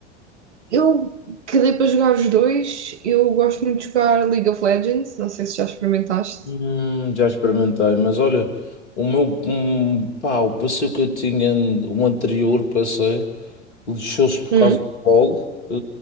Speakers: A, on the right; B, on the left.
A: Eu que para jogar os dois, eu gosto muito de jogar League of Legends, não sei se já experimentaste.
B: Hum, já experimentei, mas olha, o meu hum, pá, o passeio que eu tinha, o anterior passeio, lixou-se por
A: Hum,
B: causa do gol, eh,